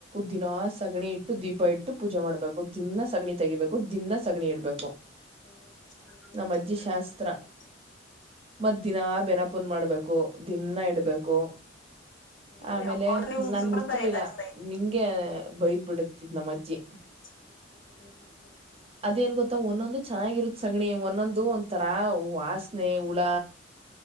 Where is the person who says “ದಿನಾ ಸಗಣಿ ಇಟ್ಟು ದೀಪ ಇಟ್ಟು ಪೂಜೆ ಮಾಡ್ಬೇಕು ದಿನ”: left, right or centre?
Right